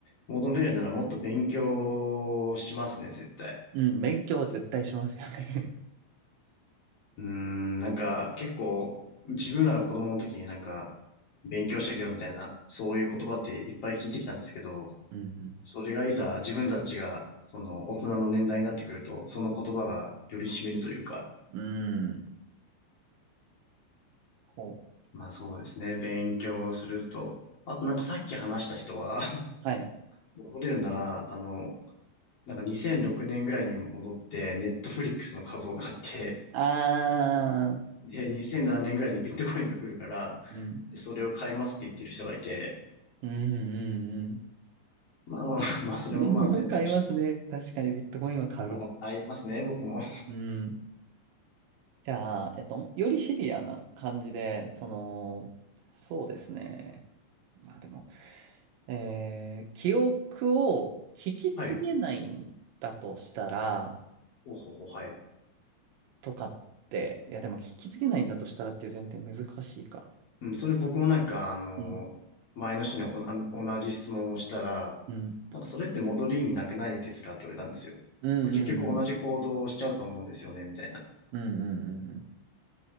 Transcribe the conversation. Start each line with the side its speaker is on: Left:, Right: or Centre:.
Left: 戻れるならもっと勉強しますね、絶対。
Right: うん、勉強は絶対しますよね
Left: うーん、なんか結構自分らが子供の時になんか勉強してきろみたいなそういう言葉っていっぱい聞いてきたんですけど、
Right: <laughs> うん
Left: それがいざ自分たちがその大人の年代になってくると、その言葉がより染みるというか、
Right: うん。うん。こう。
Left: まあそうですね、勉強すると、あとなんかさっき話した人は
Right: はい。
Left: <laughs> 戻れるなら、あの、なんか2006年ぐらいに戻って、ネットフリックスの株を買って、
Right: あー。
Left: で、2007年ぐらいにビットコインが来るから、
Right: うん。
Left: それを買いますって言ってる人がいて、
Right: うんうんうんうん。
Left: まあまあ、<laughs> まあ、
Right: <laughs>
Left: それもまあ選択肢、
Right: 今買いますね。確かにビットコインは買う。
Left: まあ、ありますね、僕も。
Right: うん。じゃあ、えっと、よりシビアな感じで、その、そうですね。まあでも、えー記憶を引き継げないんだとしたら、
Left: はい。ほうほうほう、はい。
Right: とかって、いやでも引き継げないんだとしたらっていう前提難しいか。
Left: うん、それ僕もなんか、あの、
Right: うん。
Left: 前の人におあ同じ質問をしたら、
Right: うん。
Left: なんかそれって戻る意味なくないですかって言われたんですよ。
Right: うんうんうん。
Left: でも結局同じ行動をしちゃうと思うんですよね、みたいな。
Right: うんうんうんうん。